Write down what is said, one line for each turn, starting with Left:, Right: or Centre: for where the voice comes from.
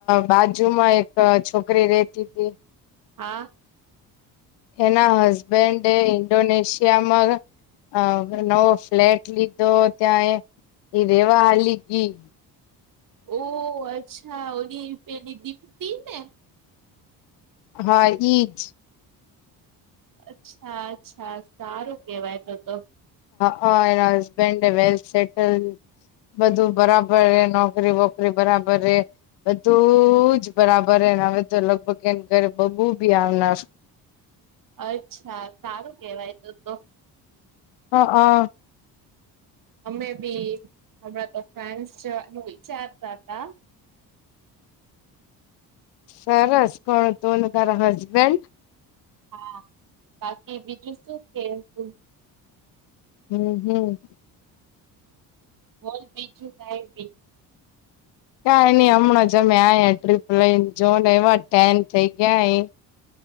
Left: બાજુમાં એક છોકરી રેતી હતી
Right: હા
Left: એના હસબેન્ડ એ ઇન્ડોનેશિયામાં હ નવો ફ્લેટ લીધો ત્યાં એ એ રેવા હાલી ગી
Right: ઓ અચ્છા ઓલી પેલી દીપતી ને
Left: હા ઈજ
Right: અચ્છા અચ્છા સારું કેવાય તો તો
Left: હઅ એના હસબેન્ડે વેલ સેટલ બધું બરાબર રે નોકરી વોકરી બરાબર રે બધું જ બરાબરને હવે તો લગભગ એને ઘરે બબું બી આવનાર
Right: અચ્છા સારું કેવાય તો તો
Left: હ અ
Right: અમે બી હમણાં તો ફેન્સ જવાનું વિચારતા હતા
Left: સરસ કોણ તું ને તારા હસબેન્ડ
Right: હા બાકી બીજું શું કેવું
Left: હમ હમ
Right: બોલ બીજું કાય બી
Left: કાઈ નઈ હમણાં જ અમે આ ટ્રીપ લઈને જોને એમા ટેન થઈ ગયા એ